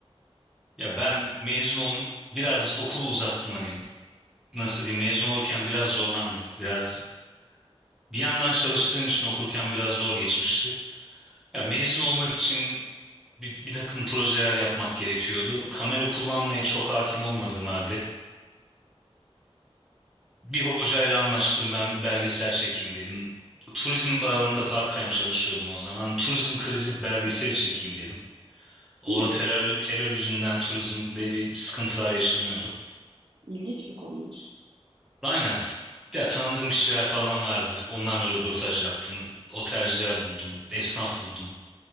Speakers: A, in the centre; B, on the right.
A: Ya ben mezun ol biraz okulu uzattım hani nasıl diyeyim mezun olurken biraz zorlandım. Biraz bir yandan çalıştığım için okurken biraz zor geçmişti. Ya mezun olmak için bir, bir takım projeler yapmak gerekiyordu. Kamera kullanmaya çok hakim olmadığım halde bir hocayla anlaştım ben belgesel çekeyim dedim. Turizm alanında part-time çalışıyordum o zaman. Turizm krizi belgeseli çekeyim dedim. Orada
B: Hmm,
A: terör, terör yüzünden turizmde bir sıkıntılar yaşanıyordu.
B: ilginç bir konuymuş.
A: Aynen. Ya tanıdığım kişiler falan vardı. Onlarla röportaj yaptım. Otelciler buldum. Esnaf buldum.